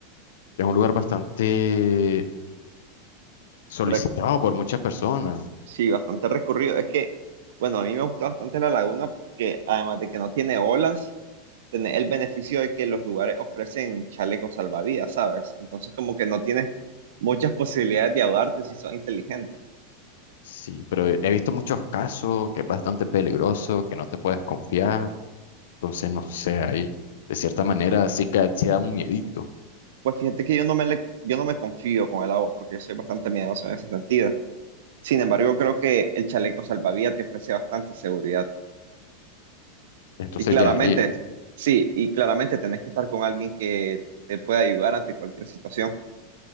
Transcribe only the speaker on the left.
Es un lugar bastante solicitado
por muchas personas.
Sí, pero he he visto muchos casos que es bastante peligroso, que no te puedes confiar. Entonces, no sé, ahí de cierta manera sí que sí da un miedito.
Entonces,
ya ahí.